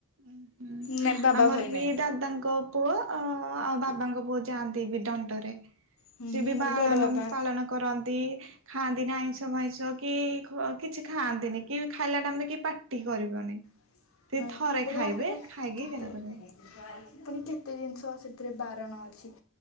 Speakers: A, on the right (about 65°); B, on the left (about 80°).
A: ହଁ ହୁଁ
B: ନାଇଁ ବାବା
A: ଆମର
B: ଭାଇ
A: ବି
B: ନାଇଁ
A: ଦାଦାଙ୍କ ପୁଅ ଆଉ ବାବାଙ୍କ ପୁଅ ଯାଆନ୍ତି ବି ଦଡଣ୍ଟରେ।
B: ହୁଁ
A: ସିଏ ବି
B: ମୋର
A: ବାଳନ
B: ବଡ଼ ବାପା
A: ପାଳନ କରନ ଖାଆନ୍ତିନି ଆଇଁଷ ଭଇଁଷ କି କିଛି ଖାଆନ୍ତିନି କି ଖାଇଲା ଟାଇମ ରେ କି ପାର୍ଟି କରିବନି।
B: <unintelligible>
A: ସେ
B: <unintelligible>
A: ଥରେ
B: ପୁଣି
A: ଖାଇବେ
B: କେତେ
A: ଖାଇକି ଯାହା କରିବେ।
B: ଜିନିଷ ସେଥିରେ ବାରଣ ଅଛି।